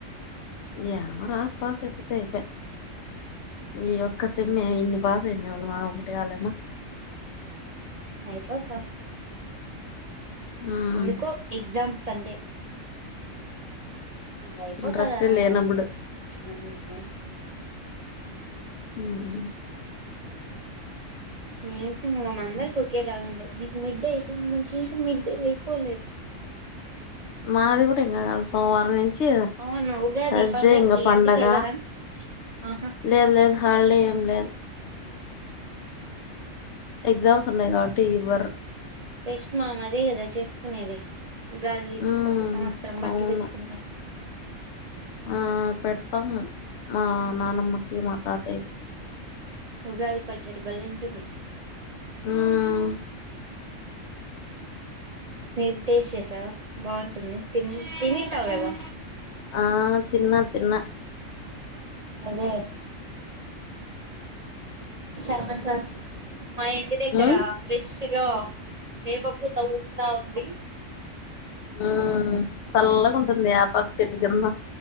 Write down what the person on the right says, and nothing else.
హా పోసం
ఎందుకో ఎక్జామ్స్ సండే అట్లయిపోతదా
హ
హా
నీకు ఇంకా మన అందరికి ఒకే లాగా ఉండే నీకు మిడ్డి అయితే ఇంకా మిడ్డి డే అయిపోలేదు
అవును ఉగాది
పండక్కి
ఇంటికెళ్ళరా ఆహా
ఫెస్ట్ మానామ్ అదే కదా చేసుకునేది గాది
కొత్త సంవత్సరం బట్టలు
పెట్టుకున్నాం
ఉగాది పచ్చడి భలే ఉంటది
మీరు టేస్ట్ చేసారా బాగుంటుంది తినుంటావు కదా
అదే చాలా సార్ మా ఇండ్ దగ్గర
ఫ్రెష్ గా వేప పూత పూస్తా ఉంది